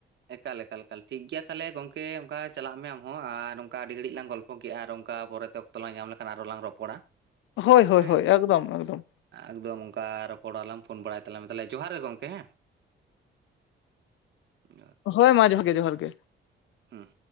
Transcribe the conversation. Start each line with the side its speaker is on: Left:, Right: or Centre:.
Right: ᱮᱠᱟᱞ ᱮᱠᱟᱞ ᱮᱠᱟᱞ ᱴᱷᱤᱠ ᱜᱮᱭᱟ ᱛᱟᱦᱚᱞᱮ ᱜᱚᱝᱠᱮ ᱚᱱᱠᱟ ᱪᱟᱞᱟᱜ ᱢᱮ ᱟᱢ ᱦᱚᱸ ᱟᱨ ᱚᱱᱠᱟ ᱟᱹᱰᱤ ᱜᱷᱟᱹᱲᱤᱡ ᱞᱟᱝ ᱜᱚᱞᱯᱷᱚ ᱠᱮᱜᱼᱟ ᱟᱨ ᱚᱱᱠᱟ ᱯᱚᱨᱮ ᱛᱚ ᱚᱠᱛᱚ ᱞᱟᱝ ᱧᱟᱢ ᱞᱮᱠᱷᱟᱱ ᱟᱨ ᱦᱚᱸ ᱞᱟᱝ ᱨᱚᱯᱚᱲᱟ᱾
Left: ᱦᱳᱭ ᱦᱳᱭ
Right: ᱦᱮᱸ
Left: ᱦᱳᱭ ᱮᱠᱫᱚᱢ ᱮᱠᱫᱚᱢ᱾
Right: ᱮᱠᱫᱚᱢ ᱚᱱᱠᱟ ᱨᱚᱯᱚᱲᱟᱞᱟᱝ ᱯᱷᱳᱱ ᱵᱟᱲᱟᱭ ᱛᱟᱞᱟᱝ ᱢᱮ ᱛᱟᱦᱚᱞᱮ ᱡᱚᱦᱟᱨ ᱜᱮ ᱜᱚᱢᱠᱮ ᱦᱮᱸ᱾ <unintelligible>
Left: ᱦᱳᱭ ᱢᱟ ᱡᱚᱦᱟᱨ ᱜᱮ ᱡᱚᱦᱟᱨ ᱜᱮ᱾
Right: ᱦᱩᱸ᱾